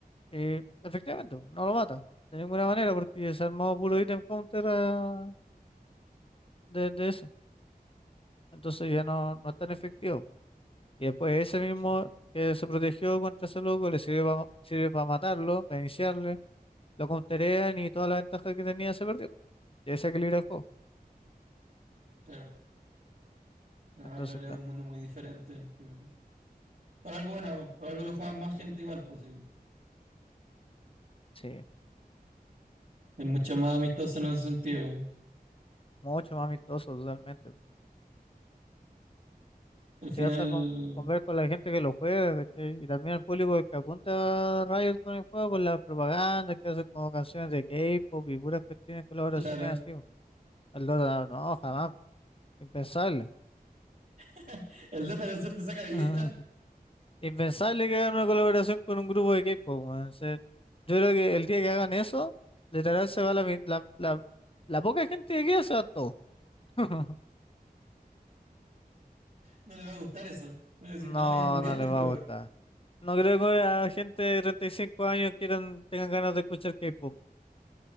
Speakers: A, on the left (about 35°); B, on the right (about 55°).
A: Y efectivamente, no lo mata, de ninguna manera, porque se armó puro ítem counter ah, de, de ese. Entonces ya no, no es tan efectivo. Y después ese mismo
B: sí,
A: que se protegió contra ese loco le sirve para sirve para matarlo, para iniciarle, lo counterean y toda la ventaja que tenía se perdió. Ya se equilibra el juego.
B: claro. No,
A: Entonces,
B: el LOL
A: claro,
B: es un mundo muy diferente. sí. Por algo bueno, por algo lo juega más gente igual, pues sí.
A: sí,
B: Es mucho más amistoso en ese sentido.
A: mucho más amistoso totalmente.
B: Al final,
A: Se hasta con, con ver con la gente que lo juega, ¿cachai? Y también el público que apunta a Riot con el juego, con la propaganda que hace como canciones de K-pop y puras cuestiones, colaboraciones
B: claro,
A: así. po. El Dota, no, jamás, impensable. <laughs>
B: <laughs> El Data con suerte saca video,
A: Ah, Impensable que hagan una colaboración con un grupo de K-pop, weón. O sea, yo creo que el día que hagan eso, literal se va la, mi- la, la, la poca gente que queda, se va todo. <laughs>
B: no le va a gustar eso. Va a decir, no,
A: No,
B: ya murió
A: no
B: este
A: les
B: juego.
A: va a gustar. No creo que a gente de 35 años quieran, tengan ganas de escuchar K-pop.